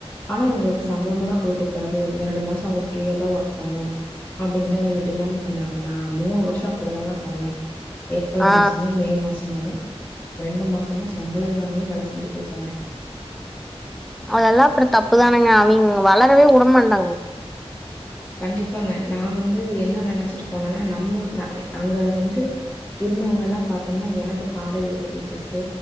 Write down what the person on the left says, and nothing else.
ஆனா இவுங்களுக்கு சம்பளமெல்லா குடுக்க கூடாது இந்த ரெண்டு மாஸோ அவுங்க ஃப்ரீயா தா ஒர்க் பண்ணு அப்டின்ல்லா எங்கள டிமண்ட் பண்ணாங்க நா மூணு வருஷோ அப்டித்தாங் பண்ணே ஏப்ரல்
மாசமு மே மாசமு ரெண்டு மாசமு சம்பளமில்லாமே வேல செஞ்சு கொடுத்தேங்க
கண்டிப்பாங்க நா வந்து என்ன நெனைச்சிட்டு போனேன்னா நம்ம அங்க வந்து இருந்தவ்ங்கல்லா பாத்தோம்னா எனக்கு பாடோ எடுத்த டீச்சர்ஸு